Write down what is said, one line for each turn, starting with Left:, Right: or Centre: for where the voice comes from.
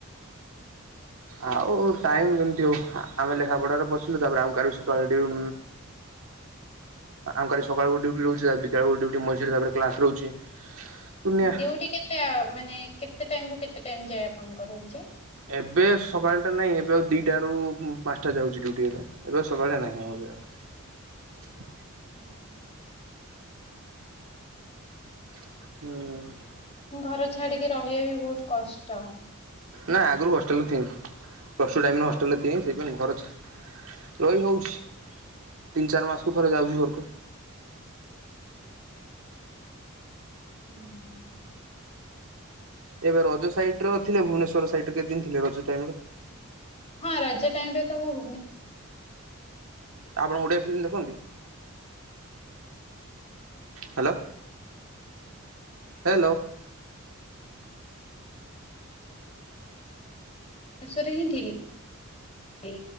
Right: ଆଉ ଟାଇମ୍ କେମିତି ହଉ ଆମେ ଲେଖା ପଢା଼ରେ ପସିଲୁ ତାପରେ ଆଉ କାଲି ସକାଳେ ଡିୟୁ ଆମେ କାଲି ସକାଳକୁ ଡିୟୁଟି ରହୁଛି ତାପରେ ଦିଟା ବେଳୁ ଡିୟୁଟି ମଝିରେ ତାପରେ କ୍ଲାସ୍ ରହୁଛି। ଦୁନିଆ
Left: ଡିୟୁଟି କେତେ ମାନେ କେ କେତେ ଟାଇମ୍ ରୁ କେତେ ଟାଇମ୍ ଯାଏଁ ଆପଣଙ୍କର ରହୁଛି।
Right: ଏବେ ସକାଳଟା ନାଇଁ ଏବେ ଆଉ ଦିଟା ରୁ ପାଞ୍ଚଟା ଯାଉଛି ଡିୟୁଟି ଏବେ ସକାଳେ ନାହିଁ ଏବେ ଆଉ।
Left: <inaudible>
Right: ହୁଁ।
Left: ଘର ଛାଡିକି ରହିବା ବି ବହୁତ୍ କଷ୍ଟ।
Right: ନା ଆଗରୁ ହଷ୍ଟେଲରେ ଥିଲି। ପ୍ଲସ୍ଟୁ ଟାଇମ୍ ରେ ହଷ୍ଟେଲରେ
Left: ହଁ
Right: ଥିଲି ସେଇଥିନି ସେଇଥିପାଇଁ ଘର ଛା ରହି ହଉଛି ତିନି ଚାରି ମାସକୁ ଥରେ ଯାଉଚି ଘରକୁ।
Left: ହୁଁ ହୁଁ।
Right: ଏବେ ରଜ ସାଇଟ୍ ର ଥିଲେ ଭୁବନେଶ୍ୱର ର ସାଇଟ୍ ରେ କେତେ ଦିନ ଥିଲେ ରଜ ଟାଇମ୍ ରେ।
Left: ହଁ ରାଜା ଟାଇମ ରେ ତ ମୁଁ ଭୁନେ
Right: ଆପଣ ଓଡ଼ିଆ ଫିଲ୍ମ ଦେଖନ୍ତି। ହାଲୋ। ହ୍ୟାଲୋ।
Left: ଶେଷରେ ହିଁ ଥିଲି। ଲି।